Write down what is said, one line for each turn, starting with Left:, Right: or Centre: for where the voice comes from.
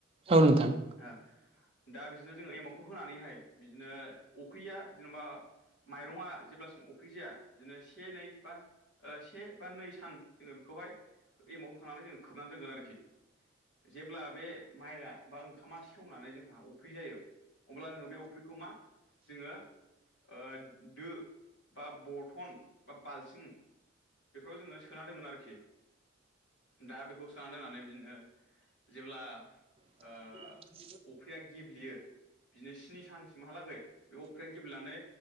Right: औ नोंथां।
Left: ओ दा बिदिनो जोङो एमावखौ होनानैहाय बिदिनो अख्रिया जेनेबा माइरङा जेब्लासिम अफ्रि जाया बिदिनो से नै बा से बा नै सान जोङो बेखौहाय एमाव होखांनानै जोङो खोबनानै दोनगोन आरोखि जेब्ला बे माइआ बा ओंखामा सेवनानै जोंहा अफ्रि जायो। अब्ला जोङो बे अफ्रिखौ मा जोङो ओ दो बा बथन बा बालथिं बेफोराव जोङो सोना दोनोन आरोखि दा बेखौ सोना दोननानै बिदिनो जेब्ला ओ
Right: <unintelligible>
Left: अफ्रिया गेब्लेयो बिदिनो स्नि सानसिमहालागै बे अफ्रिया गेब्लेनानै